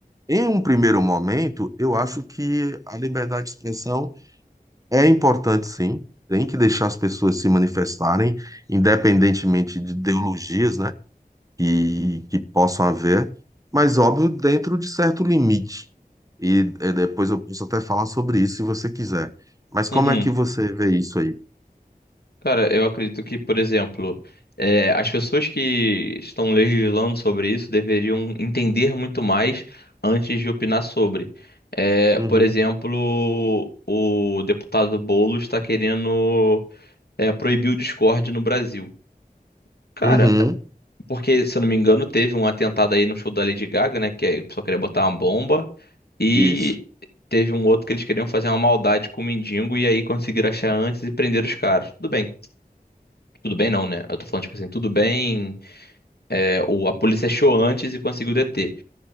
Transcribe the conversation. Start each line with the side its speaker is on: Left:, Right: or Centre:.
Right: Em um primeiro momento, eu acho que a liberdade de expressão é importante, sim. Tem que deixar as pessoas se manifestarem, independentemente de ideologias, né? que, que possam haver, mas óbvio, dentro de certo limite. E, eh, depois eu posso até falar sobre isso se você quiser. Mas como
Left: uhum.
Right: é que você vê isso aí?
Left: Cara, eu acredito que, por exemplo, é, as pessoas que estão legislando sobre isso deveriam entender muito mais antes de opinar sobre. É,
Right: Uhum.
Left: por exemplo, o deputado Boulos está querendo, é, proibir o Discord no Brasil. Cara,
Right: Uhum.
Left: Porque, se eu não me engano, teve um atentado aí no show da Lady Gaga, né? Que a pessoa queria botar uma bomba. E
Right: Isso.
Left: teve um outro que eles queriam fazer uma maldade com o mendigo. E aí conseguiram achar antes e prender os caras. Tudo bem. Tudo bem, não, né? Eu tô falando, tipo assim, tudo bem. é, o, a polícia achou antes e conseguiu deter.